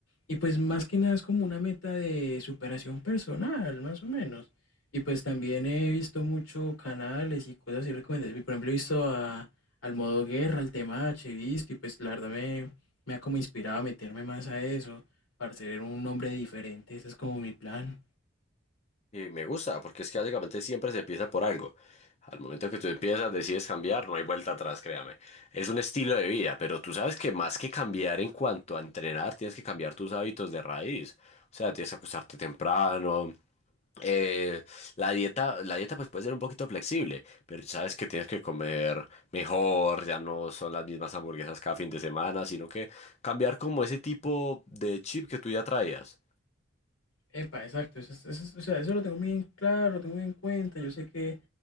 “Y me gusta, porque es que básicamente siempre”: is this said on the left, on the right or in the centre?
Left